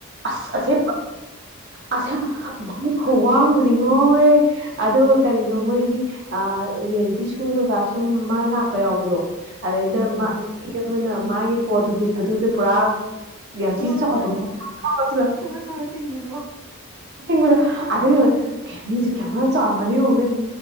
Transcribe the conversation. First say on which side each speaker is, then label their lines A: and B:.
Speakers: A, on the right; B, on the right.
A: ꯑꯁ ꯑꯁꯦꯡꯕ ꯑꯁꯦꯡꯕ ꯈꯨꯋꯥꯡꯗꯨꯗꯤ ꯆꯤꯡꯉꯣ ꯑꯗꯨꯒ ꯀꯔꯤꯅꯣ ꯃꯣꯏꯒꯤ ꯔꯤꯌꯦꯂꯤꯇꯤ ꯁꯣꯒ ꯁꯨꯝ ꯃꯥ ꯂꯥꯛꯄ ꯌꯥꯎꯕꯗꯣ ꯑꯗꯩꯩꯗ
B: ꯎꯝ
A: ꯃꯥ
B: ꯎꯝ
A: ꯅꯨꯄꯤ ꯑꯃꯅ ꯃꯥꯒꯤ ꯀꯣꯠꯇ ꯂꯤꯠꯄꯗꯨꯗ ꯄꯨꯔꯥ ꯌꯥꯝ
B: ꯍꯣꯏ
A: ꯊꯤ
B: ꯍꯣꯏ
A: ꯆꯥꯎꯕꯗꯣ
B: ꯍꯣꯏ
A: ꯑꯗꯨꯗꯣ
B: ꯁꯣꯔꯣ ꯁꯣꯔꯣ ꯆꯤꯡꯕꯗꯣ
A: ꯕꯗ ꯑꯗꯨ ꯌꯦꯡꯉꯣ ꯃꯤꯗꯣ ꯀꯌꯥꯃꯨꯛ ꯌꯥꯝ ꯆꯥꯎꯔꯝꯃꯅꯤ ꯌꯦꯡꯉꯨꯅꯦ